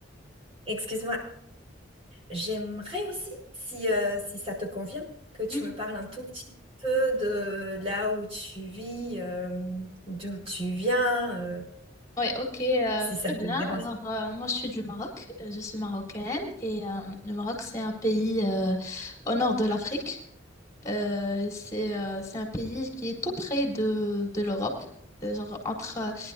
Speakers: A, on the right; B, on the left.
A: excuse-moi, j'aimerais aussi, si, euh, si ça te convient, que tu
B: mhm.
A: me parles un tout petit peu de là où tu vis, euh, d'où tu viens, euh,
B: Ouais, ok, euh,
A: si ça
B: très
A: te
B: bien.
A: dérange
B: Alors, euh, moi, je suis du Maroc, euh, je suis marocaine, et euh, le Maroc, c'est un pays euh, au nord de l'Afrique. Euh, c'est euh, c'est un pays qui est tout près de, de l'Europe. Euh, Genre entre, euh,